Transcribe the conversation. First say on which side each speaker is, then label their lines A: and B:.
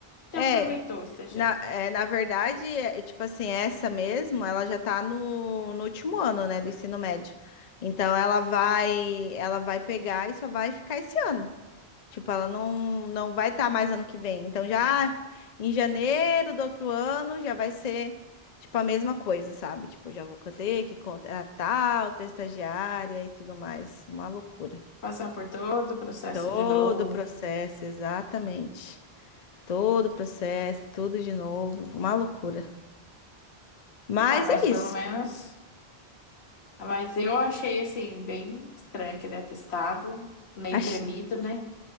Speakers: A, on the left; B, on the left.
A: te
B: É,
A: aproveitou o estagiário.
B: na, é, na verdade, é, é, tipo assim, essa mesmo, ela já tá no, no último ano, né, do ensino médio. Então ela vai, ela vai pegar e só vai ficar esse ano. Tipo, ela não, não vai estar mais ano que vem. Então já em janeiro do outro ano já vai ser tipo a mesma coisa, sabe? Tipo, já vou ter que contratar outra estagiária e tudo mais. Uma loucura.
A: Passar por todo o processo
B: Todo
A: de novo.
B: o processo, exatamente. Todo o processo, tudo de novo, uma loucura. Mas
A: Ah, mas
B: é isso.
A: pelo menos. Mas eu achei assim, bem estranho aquele atestado, meio
B: Acho-
A: tremido, né?